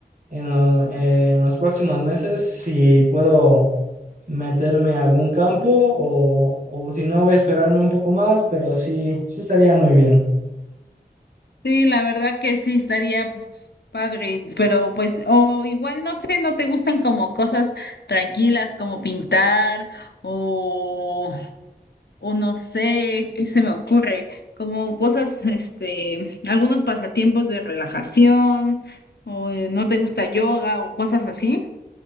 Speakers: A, on the right; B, on the left.
A: en, lo- en los próximos meses si puedo meterme a algún campo o, o si no voy a esperarme un poco más, pero sí, sí estaría muy bien.
B: Sí, la verdad que sí estaría padre, pero pues, o igual no sé, no te gustan como cosas tranquilas como pintar o o no sé, qué se me ocurre, como cosas, este, algunos pasatiempos de relajación, o eh, no te gusta yoga o cosas así.